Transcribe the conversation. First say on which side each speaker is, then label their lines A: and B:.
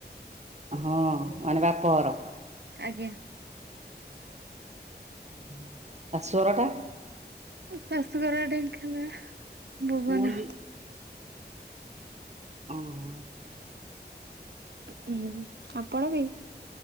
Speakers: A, on the right (about 40°); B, on the right (about 75°).
A: ହଁ ମାନେ ବାପଘର।
B: ଆଜ୍ଞା।
A: ଅଁ, ହଁ, ଶାଶୁଘର ଟା?
B: ମୋ ଶାଶୁଘର ଢେଙ୍କାନାଳ ଭୁବନ।
A: ମୋର ଅଁ, ହଁ।
B: ତ ଉଁ, ହୁଁ, ଆପଣ ବି?